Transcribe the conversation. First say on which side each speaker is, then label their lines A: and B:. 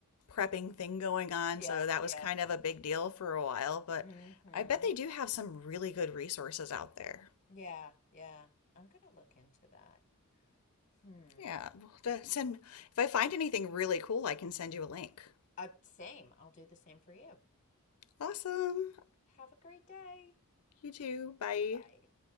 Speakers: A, on the left; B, on the left.
A: prepping thing going on,
B: Yeah,
A: so that
B: yeah.
A: was kind of a big deal for a while, but
B: Mm-hmm.
A: I bet they do have some really good resources out there.
B: Yeah, yeah. I'm gonna look into that. Hmm.
A: Yeah, we'll have to send if I find anything really cool, I can send you a link.
B: Uh, same. I'll do the same for you.
A: Awesome.
B: Have a great day.
A: You too. Bye.
B: Bye.